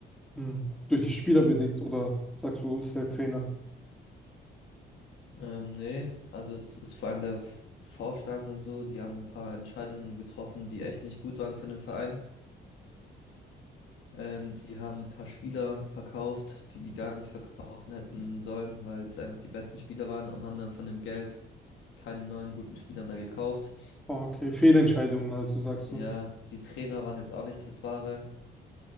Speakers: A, in the centre; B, on the left.
A: Hm. Durch die Spieler bedingt, oder sagst du, ist der Trainer?
B: Ähm, nee, also es ist vor allem der F- Vorstand und so, die haben ein paar Entscheidungen getroffen, die echt nicht gut waren für den Verein. Ähm, die haben ein paar Spieler verkauft, die die gar nicht verkaufen hätten sollen, weil das einfach die besten Spieler waren und haben dann von dem Geld keine neuen guten Spieler mehr gekauft.
A: Ah, okay. Fehlentscheidungen, also sagst
B: Ja,
A: du.
B: die Trainer waren jetzt auch nicht das Wahre.